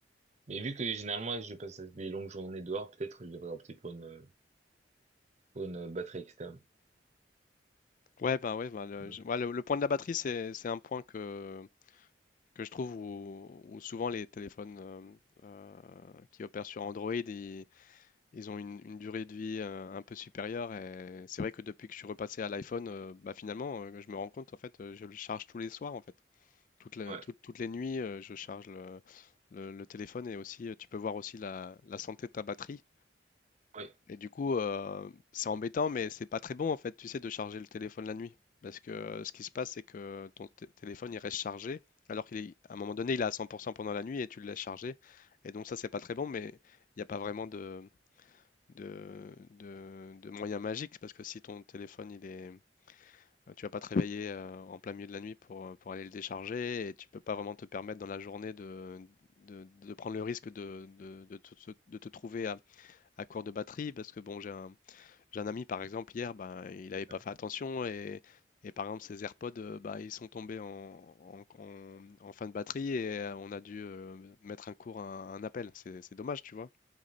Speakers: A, on the right; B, on the left.
A: Mais vu que généralement, je passe des longues journées dehors, peut-être je devrais opter pour une, pour une batterie externe.
B: Ouais bah ouais, bah, le,
A: Ouais,
B: je- ouais, le- le point de la batterie c'est c'est un point que que je trouve où, où souvent les téléphones euh, euh, qui opèrent sur Android ils Ils ont une, une durée de vie euh, un peu supérieure et c'est vrai que depuis que je suis repassé à l'iPhone, euh, bah finalement, euh, je me rends compte en fait, euh, je le charge tous les soirs en fait, toutes, les-
A: ouais,
B: toutes, toutes les nuits, euh, je charge le, le- le téléphone et aussi euh, tu peux voir aussi la, la santé de ta batterie.
A: ouais,
B: Et du coup, euh, c'est embêtant, mais c'est pas très bon en fait, tu sais, de charger le téléphone la nuit, parce que euh, ce qui se passe, c'est que ton té- téléphone il reste chargé, alors qu'il est, à un moment donné, il est à 100% pendant la nuit et tu le laisses charger, et donc ça c'est pas très bon, mais il n'y a pas vraiment de de, de, de moyens magiques, parce que si ton téléphone, il est, euh, tu vas pas te réveiller euh, en plein milieu de la nuit pour, euh, pour aller le décharger, et tu peux pas vraiment te permettre dans la journée de, de, de prendre le risque de, de, de te, de te trouver à, à court de batterie, parce que bon, j'ai un, j'ai un ami, par exemple, hier, ben, il avait pas
A: ouais.
B: fait attention, et, et par exemple, ses AirPods, euh, bah, ils sont tombés en, en- en- en fin de batterie et euh, on a dû euh, mettre un court un, un appel. C'est c'est dommage, tu vois.